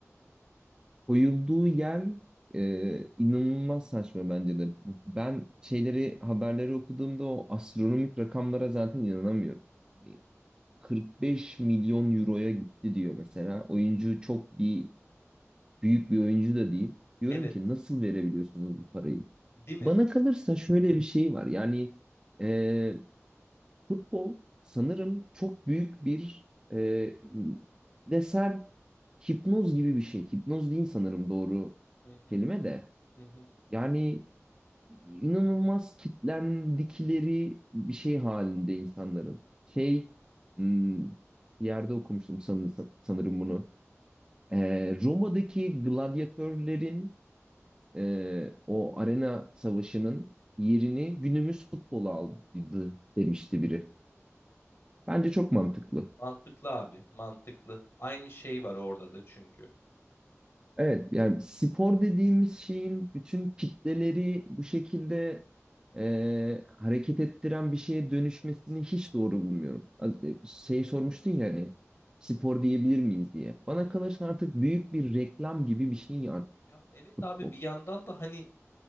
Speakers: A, on the right; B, on the left.
A: koyulduğu yer e, inanılmaz saçma bence de. Ben şeyleri haberleri okuduğumda o astronomik rakamlara zaten inanamıyorum. Bir 45 milyon euroya gitti diyor mesela. Oyuncu çok bir büyük bir oyuncu da değil. Diyorum
B: Evet,
A: ki nasıl verebiliyorsunuz bu parayı?
B: değil mi?
A: Bana kalırsa şöyle bir şey var. Yani e, Futbol sanırım çok büyük bir e, desel hipnoz gibi bir şey. Hipnoz değil
B: Hı
A: sanırım doğru
B: hı,
A: kelime de.
B: hı hı,
A: Yani inanılmaz kitlendikleri bir şey halinde insanların. Şey
B: hı hı.
A: hmm, bir yerde okumuştum san- sanırım bunu. E, Roma'daki gladyatörlerin e, o arena savaşının yerini günümüz futbolu aldı demişti biri. Bence çok mantıklı.
B: Mantıklı abi, mantıklı. Aynı şey var orada da çünkü.
A: Evet yani spor dediğimiz şeyin bütün kitleleri bu şekilde e, hareket ettiren bir şeye dönüşmesini hiç doğru bulmuyorum. Az- e, Şey sormuştun ya hani spor diyebilir miyiz diye. Bana
B: Hı
A: kalırsa
B: hı.
A: artık büyük bir reklam gibi bir şey artık
B: Ya evet
A: futbol.
B: abi bir yandan da hani